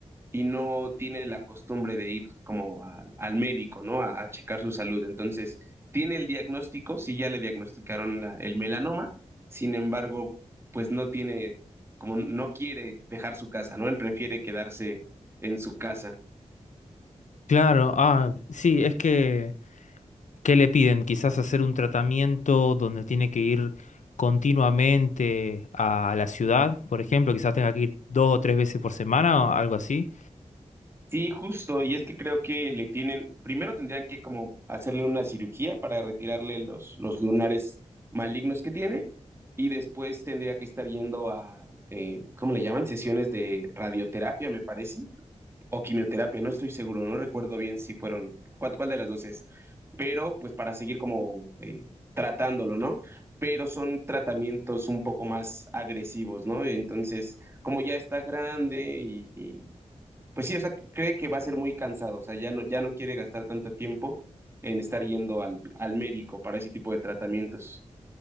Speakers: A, on the right; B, on the left.
A: y no tiene la costumbre de ir como al al médico, ¿no? A, a checar su salud. Entonces, tiene el diagnóstico, sí ya le diagnosticaron la- el melanoma, sin embargo, pues no tiene, como no quiere dejar su casa, ¿no? Él prefiere quedarse en su casa.
B: Claro, ah, sí, es que, ¿qué le piden? Quizás hacer un tratamiento donde tiene que ir continuamente a la ciudad, por ejemplo, quizás tenga que ir dos o tres veces por semana o algo así.
A: Sí, justo, y es que creo que le tienen, primero tendrían que como hacerle una cirugía para retirarle los, los lunares malignos que tiene, y después tendría que estar yendo a, eh, ¿cómo le llaman? Sesiones de radioterapia, me parece, o quimioterapia, no estoy seguro, no recuerdo bien si fueron, cuál, cuál de las dos es, pero pues para seguir como eh, tratándolo, ¿no? Pero son tratamientos un poco más agresivos, ¿no? Entonces, como ya está grande y, pues sí, o sea, cree que va a ser muy cansado, o sea, ya no, ya no quiere gastar tanto tiempo en estar yendo al, al médico para ese tipo de tratamientos.